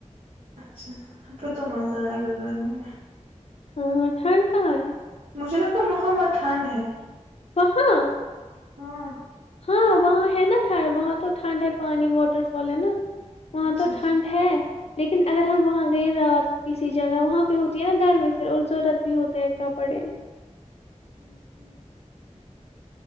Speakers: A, on the right; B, on the left.
A: اچھا ھمکوں تو مزہ آئے گا گرمی میں
B: ہاں ہاں تھند کہا ہے
A: مجھے لگتا وہاں پے ٹھنڈ ہے
B: وہاں
A: ہاں
B: ہاں وہاں ہے نا وہاں تو ٹھنڈ ہے پانی واٹر فال ہے نا وہاں
A: اچھا
B: تو
A: اچھا
B: ٹھنڈ ہے لیکن اگر ہم وہاں گئے رات کسی جگہ وہاں پہ ہوتی ہے نا گرمی پھر اور ضرورت بھی ہوتا ہے کپڑے
A: ہوں ہوں